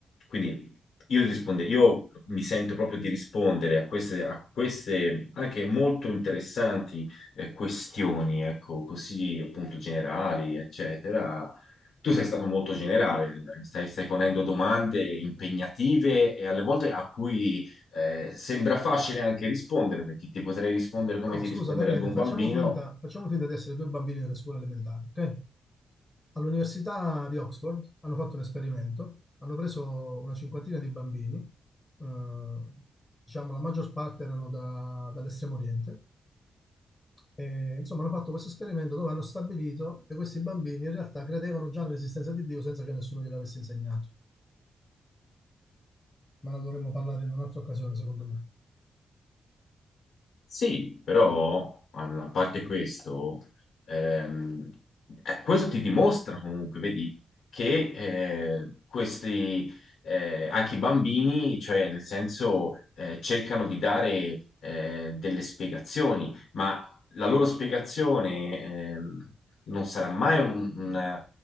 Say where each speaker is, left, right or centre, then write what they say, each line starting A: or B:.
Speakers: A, on the left; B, on the left.
A: quindi io, risponde- io mi sento proprio di rispondere a queste, a queste anche molto interessanti eh, questioni, ecco, così appunto generali, eccetera. Tu sei stato molto generale, stai, stai ponendo domande impegnative e alle volte a cui eh, sembra facile anche rispondere, perché ti potrei rispondere
B: Ma
A: come
B: no,
A: ti
B: scusa
A: risponderebbe
B: Daniele,
A: un
B: facciamo
A: bambino,
B: finta, facciamo finta di essere due bambini delle scuole elementari, ok? All'Università di Oxford hanno fatto un esperimento, hanno preso una cinquantina di bambini, eh, diciamo la maggior parte erano da- dall'estremo oriente, e insomma hanno fatto questo esperimento dove hanno stabilito che questi bambini in realtà credevano già nell'esistenza di Dio senza che nessuno gliel'avesse insegnato, ma ne dovremmo parlare in un'altra occasione, secondo me.
A: Sì, però allora, a parte questo, ehm, eh, questo ti dimostra comunque, vedi, che eh, questi, eh, anche i bambini, cioè nel senso, eh, cercano di dare eh, delle spiegazioni, ma la loro spiegazione ehm, non sarà mai un- una,